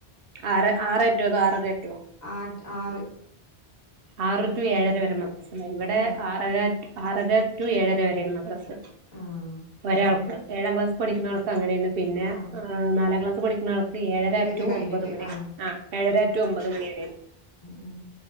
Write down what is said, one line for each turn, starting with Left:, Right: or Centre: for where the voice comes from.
Right: ആറ ആറേറ്റൂ ആറര ടു
Left: ആ ആറ്
Right: ആറ് ടു ഏഴര വരെ മദ്രസ് ഇണ്ടായി ഇവടെ
Left: ആഹ്
Right: ആറര ടു ആറര ടു ഏഴര വരെയാണ് മദ്രസ്
Left: ആഹ്
Right: ഒരാൾ ഏഴാം ക്ലാസ് പഠിക്ക്ണ ആൾക്ക് അങ്ങനെയാണ് പിന്നെ
Left: ആഹ്
Right: നാലാം ക്ലാസ് പഠിക്ക്ണ ആൾക്ക് ട്ട് ഏഴര
Left: ഇവര്ത്
Right: ടു
Left: കഴിഞ്ഞിട്ട്
Right: ഒമ്പത് മണി
Left: ആഹ്
Right: ആ ഏഴര
Left: ഉം
Right: ടു ഒമ്പത് മണി വരെയാണ്
Left: ഉം